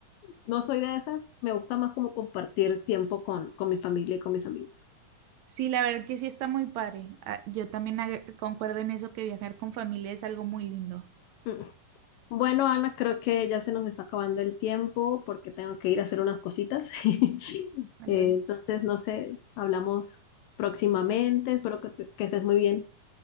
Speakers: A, on the left; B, on the right.
A: no soy de esas, me gusta más como compartir tiempo con, con mi familia y con mis amigos.
B: Sí, la verdad que sí está muy padre. Ah, Yo también ag- concuerdo en eso que viajar con familia es algo muy lindo.
A: Mm. Bueno, Ana, creo que ya se nos está acabando el tiempo porque tengo que ir a hacer unas cositas. <laughs>
B: Vale,
A: Eh,
B: vale.
A: Entonces, no sé, hablamos próximamente, espero que, te- que estés muy bien.